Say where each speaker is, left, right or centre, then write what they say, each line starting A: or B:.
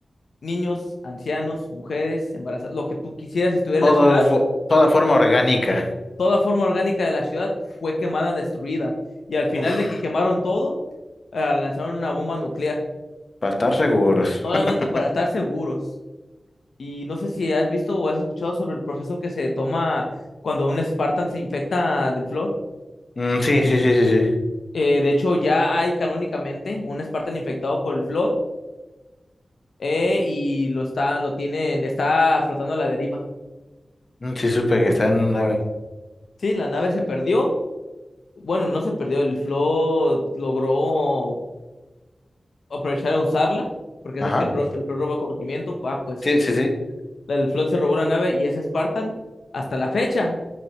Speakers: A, on the left; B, on the left.
A: Niños, ancianos, mujeres, embarazadas, lo que tú quisieras estuviera
B: todo,
A: en la ciudad
B: fo- toda forma orgánica.
A: toda forma orgánica de la ciudad fue quemada, destruida. Y al final
B: Uf,
A: de que quemaron todo, eh, lanzaron una bomba nuclear,
B: para estar seguros.
A: solamente
B: <laughs>
A: para estar seguros. Y no sé si has visto o has escuchado sobre el proceso que se toma cuando un Spartan se infecta del Flood.
B: Mm, sí, sí, sí, sí, sí.
A: Eh, de hecho, ya hay canónicamente un Spartan infectado por el Flood eh, y lo está, lo tienen, está flotando a la deriva.
B: Mm, Sí, supe que está en una nave.
A: Sí, la nave se perdió. Bueno, no se perdió, el Flood logró aprovechar a usarla, porque
B: Ajá.
A: sabes que el, ro- el Flood roba conocimiento, ah, pues
B: Sí, sí, sí.
A: el Flood se robó la nave y es Spartan hasta la fecha,